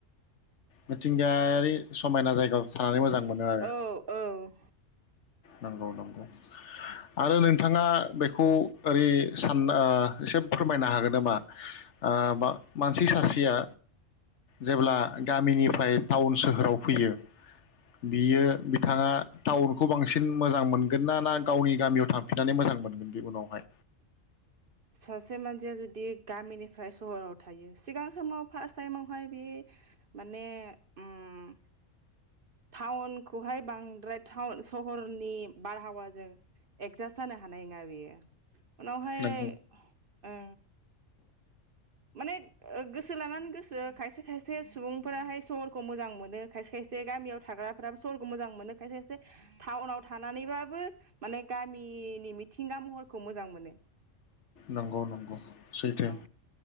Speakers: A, on the left (about 65°); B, on the right (about 50°).
A: मिथिंगायारि समायना जायगायाव थानानै मोजां मोनो आरो
B: औ औ
A: नंगौ नंगौ आरो नोंथाङा बे खौ ओरै सान ओ एसे फोरमायनो हागोन नामा ओ मानसि सासेआ जेब्ला गामिनिफ्राय टाउन सोहोराव फैयो बियो बिथाङा टाउनखौ बांसिन मोजां मोनगोन ना ना गावनि गामियाव थांफिननानै मोजां मोनगोन बे उनावहाय
B: सासे मानसिया जुदि गामिनि ओमफ्राय सहराव थायो सिगां समाव फार्स्ट टाइमावहाय बे माने उम टाउनखौहाय बांद्राय टाउन सहरनि बारहावाजों एगजास्ट जानो हानाय नङा बेयो उनावहाय
A: नंगौ
B: ओ माने गोसो लानानै गोसो खायसे खायसे सुबुंफोराहाय सहरखौ मोजां मोनो खायसे खायसे गामियाव थाग्राफोराबो सहरखौ मोजां मोनो खायसे खायसे टाउनाव थानानैबाबो माने गामिनि मिथिंगा महरखौ मोजां मोनो
A: नंगौ नंगौ सैथो
B: उम